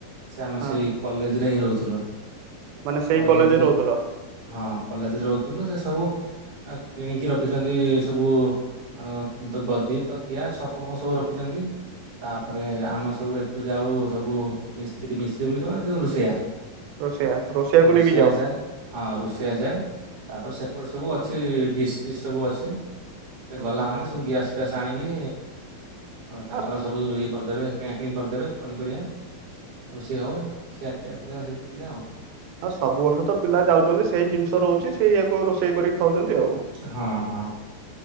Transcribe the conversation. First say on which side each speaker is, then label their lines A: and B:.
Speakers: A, on the right; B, on the right.
A: ସେଆମେ
B: ହଁ
A: ସେଇ କଲେଜରେ ହିଁ ରହୁଥୁଲୁ
B: ମାନେ ସେଇ
A: କଲେଜରେ
B: ରହୁଥିଲ
A: ହଁ କଲେଜରେ ରହୁଥୁଲୁ ସେସବୁ ଏ କିଣିକି ରଖିଚନ୍ତି ସବୁ ଅଁ ଗଦି, ତକିଆ, ସପ ଫପ ସବୁ ରଖିଚନ୍ତି। ତାପରେ ଆମେ ସବୁ ଏଠୁ ଯାଉ ସବୁ ମିସ୍ତ୍ରୀ ମିସ୍ତ୍ରୀ ବୋଲି କଣ ଯଉ ରୋଷେଇଆ
B: ରୋଷେଇଆ ରୋଷେଇଆକୁ
A: ରୋଷେଇଆ
B: ନେଇକି ଯାଅ
A: ଯାଏ। ହଁ ରୋଷେଇଆ ଯାଏ ତାପରେ ସେପଟେ ସବୁ ଅଛି ଡିସ୍ ଫିସ୍ ସବୁ ଅଛି। ସେ ଗଲା
B: ଓହୋ।
A: ମାନେ ସବୁ ଗ୍ୟାସ୍ ଫ୍ୟାସ୍ ଆଣିକି ତାଙ୍କର
B: ହଁ
A: ସବୁ ଇଏ କରିଦେବେ କିଣାକିଣି କରିଦେବେ ପନିପରିବା ରୋଷେଇ ହବ ଖିଆପିଆ କରିବା ସେମିତି ପିଲା ଆଉ।
B: ହଁ ସବୁ ବର୍ଷତ ପିଲା ଯାଉଚନ୍ତି ସେଇ ଜିନିଷ ରହୁଚି ସେଇୟାକୁ ରୋଷେଇ କରି ଖାଉଚନ୍ତି ଆଉ।
A: ହଁ ହଁ।